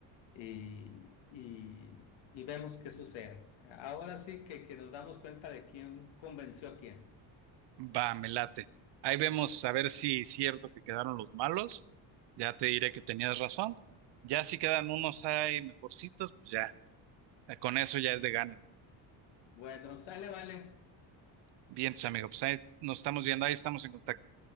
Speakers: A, on the left; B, on the right.
A: y, y- y vemos qué sucede. Ahora sí que, que nos damos cuenta de quién convenció a quién.
B: va, me late. Ahí vemos a ver si es cierto que quedaron los malos. Ya te diré que tenías razón. Ya si quedan unos ahí mejorcitos, pues ya, eh, con eso ya es de gane, ¿no?
A: Bueno, sale, vale.
B: Bien, tus amigos, pues ahí nos estamos viendo, ahí estamos en contacto.